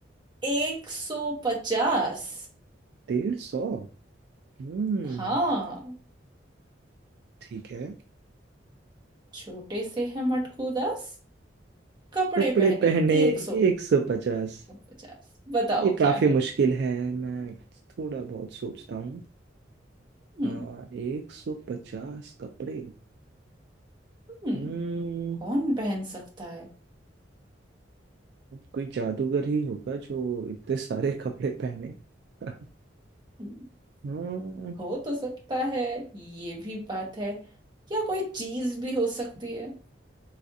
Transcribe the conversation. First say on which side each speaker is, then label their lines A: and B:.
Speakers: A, on the right; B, on the right.
A: एक सौ पचास
B: डेढ़ सौ हम्म
A: हाँ
B: ठीक है
A: छोटे से है मटकू दास कपड़े
B: कपड़े
A: पहने
B: पहने
A: एक सौ
B: एक सौ पचास
A: पचास बताओ
B: ये काफी
A: क्या है
B: मुश्किल है मैं थोड़ा बहुत सोचता हूँ
A: हम्म
B: हाँ एक सौ पचास कपड़े
A: हम्म,
B: हम्म
A: कौन पहन सकता
B: कोई जादूगर ही होगा जो इतने सारे कपड़े पहने <laughs>
A: है
B: हम्म
A: हो तो सकता है ये भी बात है या कोई चीज भी हो सकती है